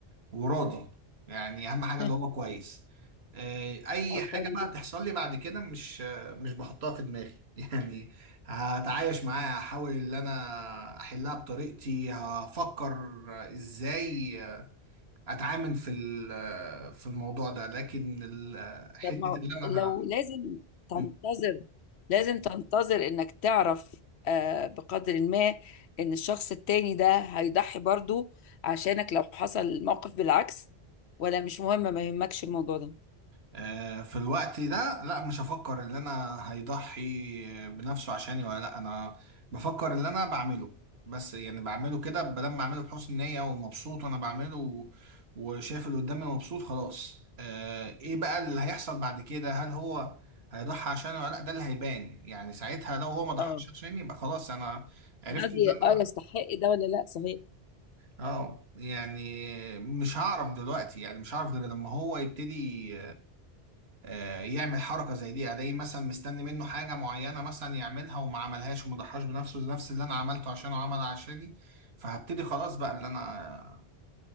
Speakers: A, on the right; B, on the left.
A: وراضي يعني اهم حاجه
B: مم.
A: اللي هو كويس آه، اي
B: طب
A: حاجه
B: حلو
A: بقى
B: جدا
A: تحصل لي بعد كده مش آه، مش بحطها في دماغي <laughs> يعني هتعايش معاها هحاول ان انا احلها بطريقتي هفكر ازاي اتعامل في ال- في الموضوع ده لكن ال- حته
B: طب ما
A: اللي انا
B: لو لازم تنتظر
A: ه-
B: لازم تنتظر انك تعرف آه بقدر ما ان الشخص التاني ده هيضحي برضو عشانك لو حصل موقف بالعكس ولا مش مهم ما يهمكش الموضوع ده
A: آه، في الوقت ده لا مش هفكر ان انا هيضحي بنفسه عشاني ولا لا انا بفكر اللي انا بعمله بس يعني بعمله كده بدل ما اعمله بحسن نية ومبسوط وانا بعمله و- وشايف اللي قدامي مبسوط خلاص آه، ايه بقى اللي هيحصل بعد كده هل هو هيضحي عشاني ولا لا ده اللي هيبان يعني ساعتها لو هو ما ضحاش
B: اه
A: عشاني يبقى خلاص انا عرفت
B: انا قصدي
A: ان انا
B: اه يستحق ده ولا لا صحيح
A: اه يعني مش هعرف دلوقتي يعني مش هعرف غير لما هو يبتدي آه، يعمل حركة زي دي يعني الاقيه مثلا مستني منه حاجة معينة مثلا يعملها وما عملهاش وما ضحاش بنفسه نفس اللي انا عملته عشانه عمل عشاني فهبتدي خلاص بقى اللي انا